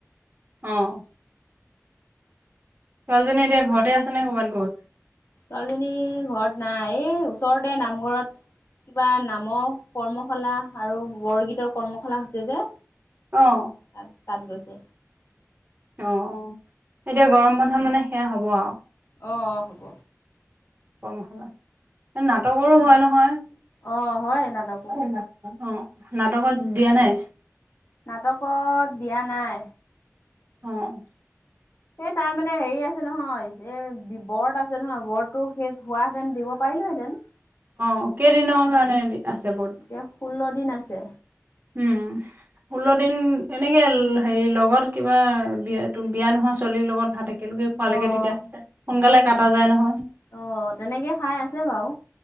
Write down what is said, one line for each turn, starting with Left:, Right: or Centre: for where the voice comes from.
Right: অ'। ছোৱালীজনী এতিয়া ঘৰতে আছে নে ক'ৰবাত গ'ল?
Left: ছোৱালীজনী ঘৰত নাই এই ওচৰতে নামঘৰত কিবা নামৰ কৰ্মশালা আৰু বৰগীতৰ কৰ্মশালা হৈছে যে
Right: অ'
Left: তাত তাত গৈছে।
Right: অ' অ' এতিয়া গৰম বন্ধত মানে সেয়া হ'ব আৰু।
Left: অ' অ' হ'ব।
Right: কৰ্মশালা নাটকৰো হয় নহয়।
Left: অ' হয় নাটকো।
Right: অ' নাটকত দিয়া নাই?
Left: নাটকত দিয়া নাই।
Right: অ'
Left: এই তাৰ মানে হেৰি আছে নহয়, এ ব্ৰত আছে নহয়, ব্ৰতটো শেষ হোৱা তেন দিব পাৰিলোহেঁতেন।
Right: অ' কেইদিনৰ কাৰণে আছে ব্ৰত
Left: এতিয়া ষোল্ল দিন আছে।
Right: উম। ষোল্ল দিন এনেকে হেৰি লগৰ কিবা বিয়া ত বিয়া নোহোৱা ছোৱালীৰ লগত ভাত একেলগে খোৱা
Left: অঁ
Right: লাগে তেতিয়া হ'লে সোনকালে কাটা যায় নহয়।
Left: অঁ তেনেকৈ খাই আছে বাৰু